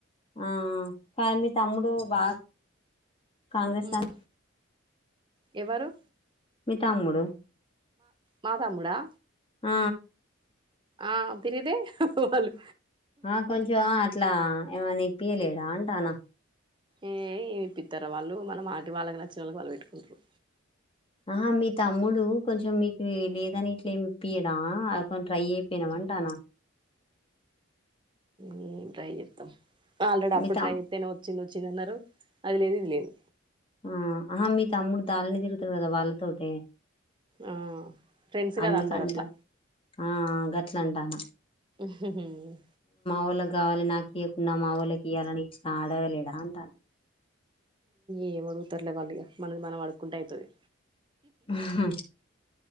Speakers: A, on the left; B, on the right.
A: ఆ కానీ మీ తమ్ముడు బాగా కాంగ్రెస్ త
B: మ్ ఎవరు
A: మితమ్ముడు
B: మా తమ్ముడా
A: ఆ
B: ఆ తీర్గితే వాళ్లు
A: ఆ కొంచెం అట్లా ఏమైనా ఇప్పియలేద అంటానా
B: ఏ ఏమిప్పితారు వాళ్ళు మనం మాటి వాళ్ళకి నచ్చిన వాళ్ళకి వాళ్ళు పెట్టుకుంటారు
A: ఆహా మీ తమ్ముడు కొంచెం మీకు లేదని ఇట్లేమిప్పియడం అది కొం ట్రై అయిపోయినా అంటన
B: నేన్ ట్రై చెస్తాం ఆల్రెడీ అప్పుడు
A: మీ తమ్
B: ట్రై చెస్తానే వచ్చింది వచ్చిందన్నారు అది లేదు ఇది లేదు
A: ఆ ఆహా మీ తమ్ముడు దాళని తిరుగుతాడు కదా వాళ్ళతోటే
B: ఆ ఫ్రెండ్స్
A: అందుకంట
B: కదా అందరు అట్లా
A: ఆ గట్లంటానా
B: హ్మ్మ్
A: వోళ్ళకి కావాలి నాకు ఇవ్వకుంన్నా మా వాళ్ళకి ఇయ్యాలని అన్ని అడగలేడా అంటాను
B: ఏం అడుగుతారులే వాళ్ళులిగా మనది మనం అడుకుంటే ఐతది
A: ఆహా